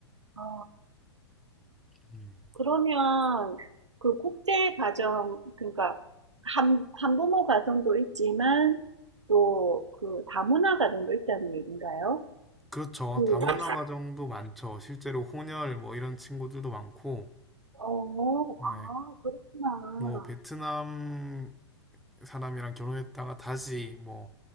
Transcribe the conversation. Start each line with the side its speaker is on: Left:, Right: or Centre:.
Right: 어,
Centre: 음.
Right: 그러면 그 국제 가정, 그러니까 한, 한부모 가정도 있지만 또 그 다문화 가정도 있다는 얘기인가요?
Centre: 그렇죠.
Right: 그,
Centre: 다문화
Right: 그렇죠.
Centre: 가정도 많죠. 실제로 혼혈 뭐 이런 친구들도 많고,
Right: 어,
Centre: 네.
Right: 아, 그렇구나.
Centre: 뭐 베트남 사람이랑 결혼했다가 다시 뭐